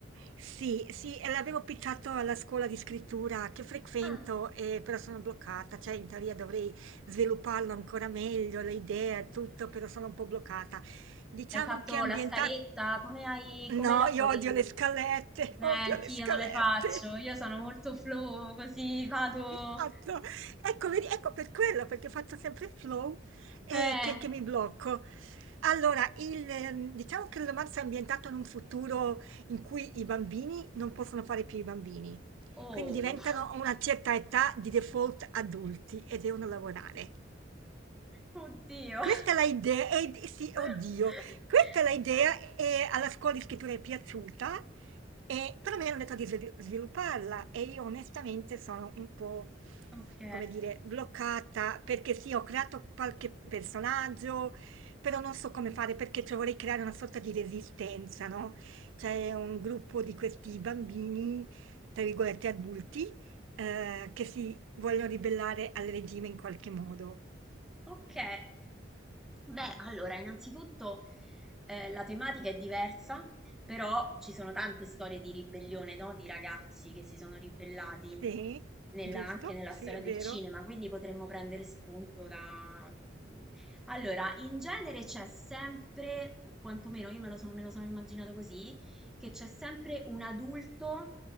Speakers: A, on the right; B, in the centre.
A: sì, sì, e l'avevo pizzato alla scuola di scrittura che frequento,
B: Ah,
A: eh, però sono bloccata, cioè in teoria dovrei svilupparlo ancora meglio, le idee e tutto, però sono un po' bloccata. Diciamo
B: hai fatto
A: che è ambientato...
B: la scaletta? Come hai, come
A: No,
B: lavori
A: io odio
B: tu?
A: le scalette,
B: Eh, anch'io
A: odio le scalette.
B: non le faccio, io sono molto flow, così vado...
A: Esatto, ecco, vedi, ecco per quello, perché faccio sempre flow e
B: Eh,
A: che, che mi blocco. Allora, il, ehm, diciamo che il romanzo è ambientato in un futuro in cui i bambini non possono fare più i bambini,
B: oh,
A: quindi diventano
B: <laughs>
A: a una certa età di default adulti e devono lavorare.
B: oddio.
A: Questa è l'idea, eh, sì,
B: <laughs>
A: oddio, questa è l'idea e alla scuola di scrittura è piaciuta, e, però mi hanno detto di svil- svilupparla e io onestamente sono un po',
B: Ok,
A: come dire, bloccata perché sì, ho creato qualche personaggio, però non so come fare perché cioè, vorrei creare una sorta di resistenza, no? C'è un gruppo di questi bambini, tra virgolette adulti, eh, che si vogliono ribellare al regime in qualche modo.
B: Ok, beh, allora, innanzitutto eh, la tematica è diversa, però ci sono tante storie di ribellione, no? Di ragazzi che si sono ribellati
A: Sì,
B: nella-
A: giusto,
B: anche nella
A: sì,
B: storia
A: è
B: del
A: vero.
B: cinema, quindi potremmo prendere spunto da... mm. Allora, in genere c'è sempre, o quantomeno io me lo, son- me lo sono immaginato così, che c'è sempre un adulto